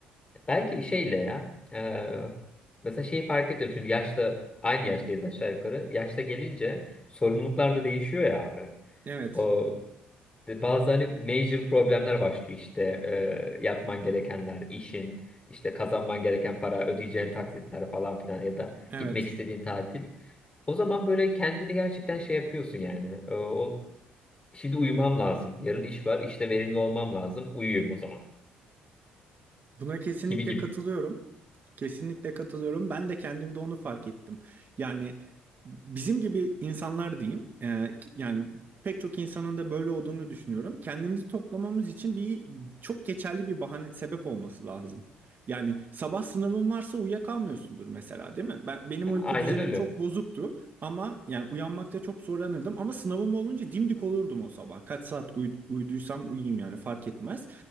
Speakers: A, on the left; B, on the right.
A: belki bir şeyle ya. Ee, mesela şeyi fark ediyorum şimdi yaşta aynı yaştayız aşağı yukarı. Yaşta gelince sorumluluklar da değişiyor ya abi.
B: Evet,
A: O de- bazı hani major problemler başlıyor işte e, yapman gerekenler, işin, işte kazanman gereken para, ödeyeceğin taksitler falan filan ya da
B: evet.
A: gitmek istediğin tatil. O zaman böyle kendini gerçekten şey yapıyorsun yani. E, o, şimdi uyumam lazım. Yarın iş var, işte verimli olmam lazım. Uyuyayım o zaman.
B: Buna kesinlikle
A: Gibi gibi.
B: katılıyorum. Kesinlikle katılıyorum. Ben de kendimde onu fark ettim. Yani bizim gibi insanlar diyeyim, e, ki- yani pek çok insanın da böyle olduğunu düşünüyorum. Kendimizi toplamamız için bir çok geçerli bir bahane sebep olması lazım. Yani sabah sınavın varsa uyuyakalmıyorsundur mesela, değil mi? Ben benim uyku
A: Aynen
B: düzenim
A: öyle.
B: çok bozuktu ama yani uyanmakta çok zorlanırdım ama sınavım olunca dimdik olurdum o sabah. Kaç saat uy- uyuduysam uyuyayım yani fark etmez.